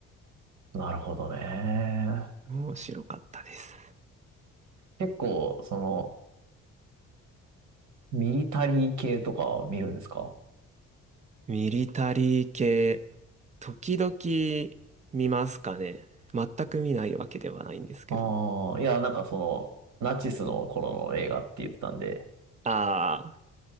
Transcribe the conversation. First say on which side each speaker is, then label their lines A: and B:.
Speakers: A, on the right; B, on the right.
A: あ、なるほどね。
B: 面白かったです。
A: 結構、その、ミリタリー系とか見るんですか
B: ミリタリー系、時々見ますかね。全く見ないわけではないんですけど。
A: ああ、いや、なんかその、ナチスの頃の映画って言ってたんで、
B: あ